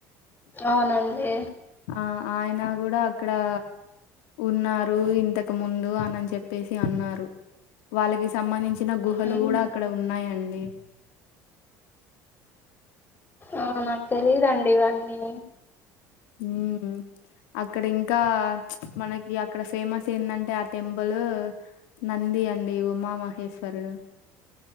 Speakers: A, on the left (about 25°); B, on the left (about 80°).
A: అవునండి
B: ఆ ఆయన కూడా అక్కడా ఉన్నారు ఇంతకు ముందు అనని చెప్పేసి అన్నారు వాళ్ళకి సంబంధించిన గుహలు
A: మ్మ్.
B: కూడా అక్కడ ఉన్నాయండి
A: ఆ నాకు తెలీదండి ఇవన్నీ
B: ఉం అక్కడ ఇంకా చ్ మనకి అక్కడ ఫేమస్ ఎందంటే ఆ టెంపుల్ నంది అండి ఉమామహేశ్వరుడు